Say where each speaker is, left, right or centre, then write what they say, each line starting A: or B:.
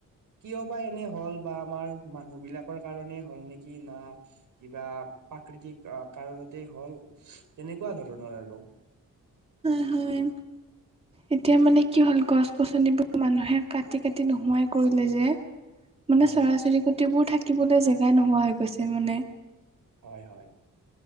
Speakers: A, on the right; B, on the right.
A: কিয় বা এনে হ'ল বা আমাৰ মানুহ বিলাকৰ কাৰণে হ'ল নেকি না কিবা প্ৰাকৃতিক কাৰণতেই হ'ল তেনেকুৱা ধৰণৰ আৰু।
B: হয়, হয়, এতিয়া মানে কি হ'ল গছ গছনিবোৰ মানুহে কাটি কাটি নোহোৱাই কৰিলে যে মানে
A: হয়,
B: চৰাই চিৰিকটিবোৰ থাকিবলৈ জেগাই নোহোৱা হৈ গৈছে মানে
A: হয়, হয়,